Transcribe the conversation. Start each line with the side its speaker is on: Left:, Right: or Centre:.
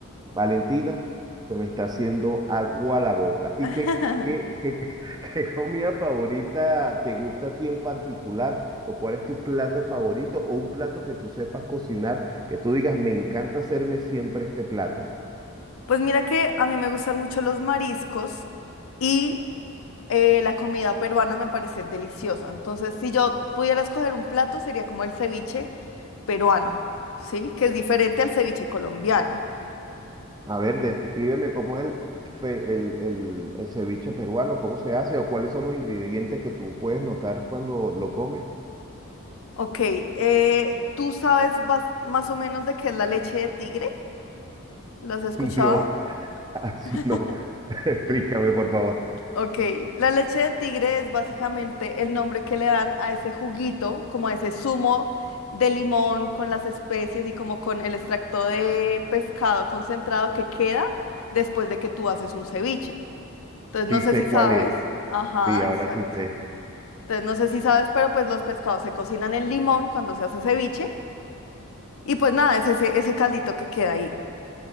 Right: Valentina, se me está haciendo agua la boca. ¿Y
Left: <laughs>
Right: qué, qué, qué, <laughs> qué comida favorita te gusta a ti en particular? ¿O cuál es tu plato favorito? ¿O un plato que tú sepas cocinar, que tú digas, me encanta hacerme siempre este plato?
Left: Pues mira que a mí me gustan mucho los mariscos y eh, la comida peruana me parece deliciosa. Entonces, si yo pudiera escoger un plato, sería como el ceviche peruano, ¿sí? Que es diferente al ceviche colombiano.
Right: A ver, descríbeme cómo es el, fe- el, el, el ceviche peruano, cómo se hace o cuáles son los ingredientes que tú puedes notar cuando lo comes.
Left: Ok, eh, ¿tú sabes bas- más o menos de qué es la leche de tigre? ¿Lo has escuchado?
Right: <laughs> No, <laughs>
Left: <laughs>
Right: no, <laughs> explícame por favor.
Left: Ok, la leche de tigre es básicamente el nombre que le dan a ese juguito, como a ese zumo de limón con las especies y como con el extracto de pescado concentrado que queda después de que tú haces un ceviche. Entonces,
Right: Sí
Left: no sé
Right: sé
Left: si sabes.
Right: cuál es.
Left: Ajá,
Right: Sí, ahora
Left: exacto.
Right: sí sé.
Left: Entonces, no sé si sabes, pero pues los pescados se cocinan en limón cuando se hace ceviche y pues nada, es ese, ese caldito que queda ahí.